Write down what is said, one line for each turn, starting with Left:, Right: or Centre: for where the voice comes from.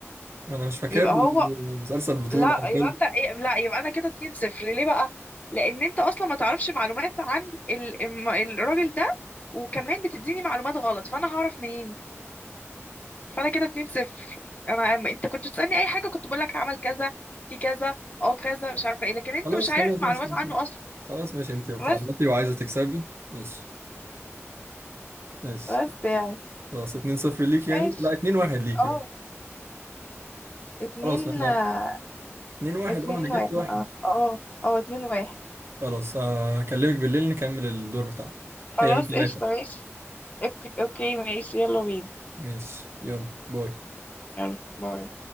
Right: ما انا مش فاكر
Left: يبقى
Right: له
Left: هو
Right: مسلسل بطوله
Left: لا
Right: او فيلم
Left: يبقى انت إيه لا يبقى انا كده 2 0 ليه بقى لان انت اصلا ما تعرفش معلومات عن ال... الم- الراجل ده وكمان بتديني معلومات غلط فانا هعرف منين فانا كده 2 0 انا انت كنت بتسألني اي حاجة كنت بقول لك عمل كذا في كذا اه كذا مش عارفة ايه لكن انت
Right: خلاص
Left: مش عارف
Right: خلاص
Left: معلومات
Right: ماشي انتي
Left: عنه اصلا
Right: خلاص ماشي انتي بتعيطي
Left: بس
Right: وعايزه تكسبي ماشي ماشي
Left: بس يعني
Right: خلاص 2 0 ليك يعني
Left: ماشي
Right: لا 2 1 ليك
Left: اه اتنين
Right: خلاص احنا
Left: آه،
Right: 2 1
Left: اتنين
Right: اه انا جبت
Left: واحد
Right: واحد
Left: اه اه اه اتنين واحد
Right: خلاص هكلمك بالليل نكمل الدور بتاعنا
Left: خلاص
Right: هي من ثلاثة
Left: قشطة ماشي اوكي اوكي ماشي يلا بينا
Right: ماشي يلا باي
Left: يلا باي